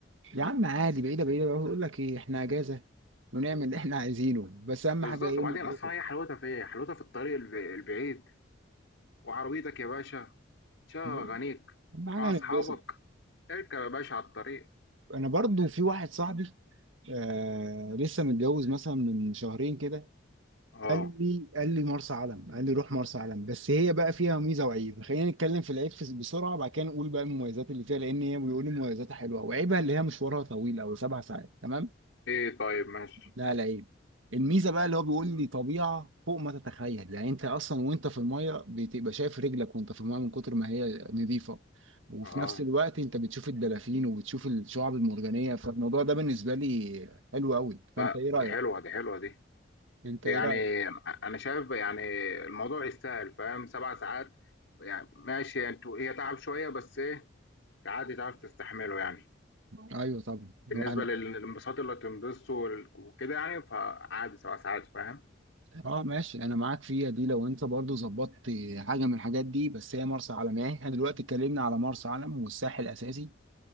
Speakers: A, on the right (about 80°); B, on the left (about 75°).
A: يا عم عادي بعيده بعيده بقى يقول لك ايه احنا اجازه ونعمل اللي احنا عايزينه بس اهم
B: بالظبط
A: حاجه ايه
B: وبعدين
A: نتبسط
B: اصلا هي حلاوتها في ايه حلاوتها في الطريق الب- البعيد وعربيتك يا باشا شغل
A: اهم
B: اغانيك
A: حاجه
B: مع اصحابك
A: هنتبسط
B: اركب يا باشا على الطريق
A: انا برضو في واحد صاحبي آه لسه متجوز مثلا من شهرين كده
B: اه
A: قال لي قال لي مرسى علم قال لي روح مرسى علم بس هي بقى فيها ميزه وعيب خلينا نتكلم في العيب فس- بسرعه بعد كده نقول بقى المميزات اللي فيها لان هي بيقول لي مميزاتها حلوه وعيبها اللي هي مشوارها طويل او سبع ساعات تمام
B: ايه طيب ماشي
A: لا لعيب الميزه بقى اللي هو بيقول لي طبيعه فوق ما تتخيل يعني انت اصلا وانت في الميه بتبقى شايف رجلك وانت في الميه من كتر ما هي نظيفه وفي
B: اه
A: نفس الوقت انت بتشوف الدلافين وبتشوف الشعاب المرجانيه فالموضوع ده بالنسبه لي حلو قوي فانت
B: لا
A: ايه
B: دي
A: رايك
B: حلوة دي حلوة دي
A: انت
B: يعني
A: ايه رايك
B: انا شايف يعني الموضوع يستاهل فاهم سبع ساعات يعني ماشي انتوا هي تعب شويه بس ايه عادي تعرف تستحمله يعني
A: ايوه طبعا
B: بالنسبه
A: الواحد-
B: للانبساط اللي هتنبسطه وال- وكده يعني فعادي سبع ساعات فاهم
A: اه ماشي انا معاك فيها دي لو انت برضو ظبطت حاجه من الحاجات دي بس هي مرسى علم يعني احنا دلوقتي اتكلمنا على مرسى علم والساحل الاساسي